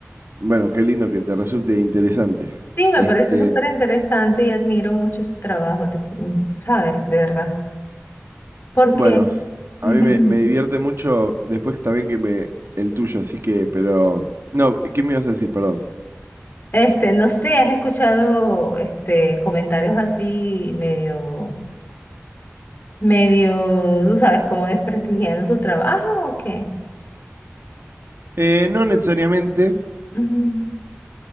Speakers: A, on the right; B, on the left.
A: Bueno, qué lindo que te resulte interesante.
B: Sí, me
A: Este,
B: parece súper interesante y admiro mucho ese trabajo, te- mm, ¿sabes? De verdad. ¿Por
A: bueno,
B: qué?
A: a
B: <laughs>
A: mí me, me divierte mucho después también que me... el tuyo, así que, pero... No, ¿qué me ibas a decir? Perdón.
B: Este, no sé, ¿has escuchado este comentarios así medio, medio, tú sabes, como desprestigiando tu trabajo o qué?
A: Eh, no necesariamente.
B: Ujú.